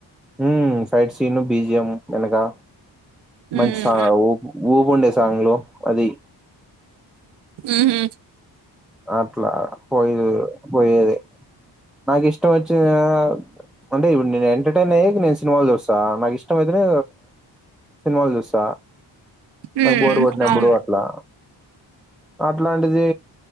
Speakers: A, in the centre; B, on the right.
A: మ్ ఫైట్ సీన్ల్లు బీజియం ఎనకా మంచి
B: ఉమ్,
A: సా ఊపు ఊపున్డే సాంగ్లు అది
B: ఉహు
A: అట్లా పో <unintelligible> పోయేదె నాకిష్టం వచ్చి. <unintelligible> అంటే ఇబుడు నేన్ ఎంటర్టైనైయ్కి మేం సిన్మాల్ చూస్స నాకిష్టమైతేనే. సిన్మాల్ జూస్స
B: ఉమ్
A: నాక్బోర్ కోట్టినప్పుడు
B: అవును
A: అట్లా. అట్లాంటిది